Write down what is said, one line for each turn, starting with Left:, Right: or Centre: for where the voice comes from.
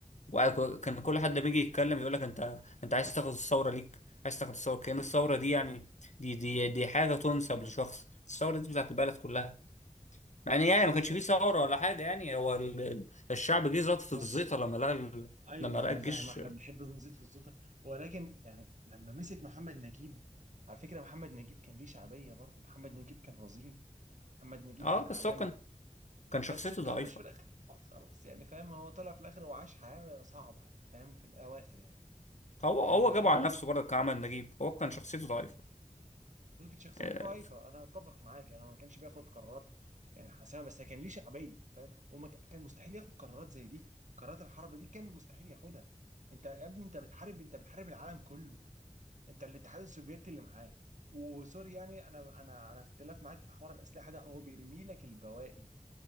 Left: وكان كل حد بيجي يتكلم يقول لك انت انت عايز تاخد الثوره ليك عايز تاخد الثوره كأن الثوره دي يعني دي دي دي حاجه تنسب لشخص الثوره دي بتاعت البلد كلها مع ان
Right: بالظبط
Left: يعني ما كانش
Right: يعني
Left: فيه ثوره ولا حاجه يعني هو ال- ال- الشعب جه زاد في
Right: بص
Left: الزيطه لما لقى ال-
Right: ايوه
Left: لما لقى
Right: انا
Left: الجيش
Right: فاهم احنا بنحب نزيد في السلطه ولكن يعني لما مسك محمد نجيب على فكره محمد نجيب كان ليه شعبيه برضه محمد نجيب كان رزين محمد نجيب
Left: اه
Right: كان عالمي
Left: بس هو كان كان شخصيته
Right: بس اتكرش
Left: ضعيفه
Right: في الاخر آه، خلاص يعني فاهم هو طلع في الاخر وعاش حياه صعبه يعني فاهم في الاواخر يعني
Left: هو هو
Right: ولكن
Left: جابه على نفسه برضه كعمل نجيب هو كان شخصيته ضعيفه
Right: ولكن شخصيته
Left: آه،
Right: ضعيفه انا اتفق معاك انا ما كانش بياخد قرارات يعني حاسمه بس كان ليه شعبيه فاهم وما ك- كان مستحيل ياخد قرارات زي دي قرارات الحرب دي كان مستحيل ياخدها انت يا ابني انت بتحارب انت بتحارب العالم كله انت الاتحاد السوفيتي اللي معاك وسوري يعني انا انا على اختلاف معاك في حوار الاسلحه ده هو بيرمي لك البواقي